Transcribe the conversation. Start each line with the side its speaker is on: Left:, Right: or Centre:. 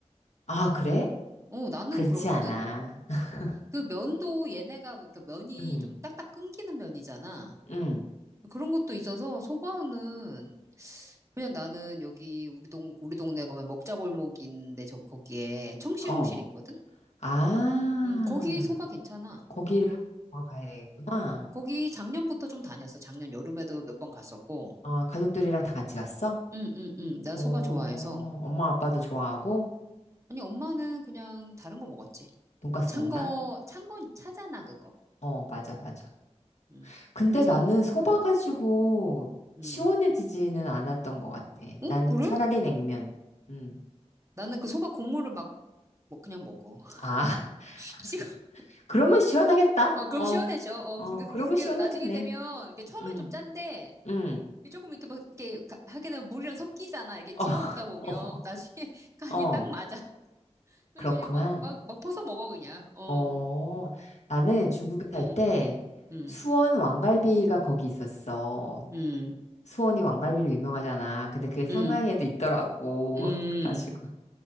Left: 아, 그래?
Right: 어, 나는
Left: 그렇지
Right: 그렇거든?
Left: 않아. <laughs>
Right: 그 면도 얘네가, 그러니까 면이
Left: 음,
Right: 좀 딱딱 끊기는 면이잖아.
Left: 음,
Right: 그런 것도 있어서 소바는 그냥 나는 여기 우리 동 우리 동네 가면 먹자골목인데 저 거기에 청실홍실
Left: 어.
Right: 있거든.
Left: 아,
Right: 음 거기 소바 괜찮아.
Left: 거기를 한번 보러 가야 되겠구나.
Right: 거기 작년부터 좀 다녔어. 작년 여름에도 몇 번 갔었고.
Left: 아, 가족들이랑 다 같이 갔어?
Right: 응응응. 나
Left: 어,
Right: 소바 좋아해서.
Left: 엄마 아빠도 좋아하고
Right: 아니 엄마는 그냥 다른 거 먹었지.
Left: 돈까스
Right: 찬
Left: 먹나?
Right: 거, 찬 거 차잖아 그거.
Left: 어, 맞아, 맞아.
Right: 음.
Left: 근데
Right: 그래서
Left: 나는 소바 가지고
Right: 음.
Left: 시원해지지는 않았던 것 같아.
Right: 응?
Left: 난
Right: 그래?
Left: 차라리 냉면. 음.
Right: 나는 그 소바 국물을 막 뭐 그냥 먹어.
Left: 아, <laughs>
Right: <laughs>
Left: 그러면 시원하겠다.
Right: 어, 그럼
Left: 어,
Right: 시원해져. 어,
Left: 어,
Right: 그러니까 그게,
Left: 그러면
Right: 그게
Left: 시원하겠네.
Right: 나중에 되면, 이게 처음엔
Left: 응.
Right: 좀 짠데,
Left: 응.
Right: 이게 조금 이렇게 막, 이렇게 가- 하게 되면 물이랑 섞이잖아. 이렇게 찍어
Left: 어,
Right: 먹다 보면,
Left: <laughs>
Right: 나중에 <laughs> 간이
Left: 어, 어,
Right: 딱 맞아. 그래서
Left: 그렇구만.
Right: 그냥 막, 막, 막 퍼서 먹어, 그냥. 어,
Left: 어, 나는 중국에 살
Right: 음,
Left: 때
Right: 음,
Left: 수원 왕갈비가 거기 있었어.
Right: 음,
Left: 수원이 왕갈비로 유명하잖아. 근데 그게 상하이에도
Right: 음,
Left: 있더라고.
Right: 음,
Left: <laughs> 그래가지고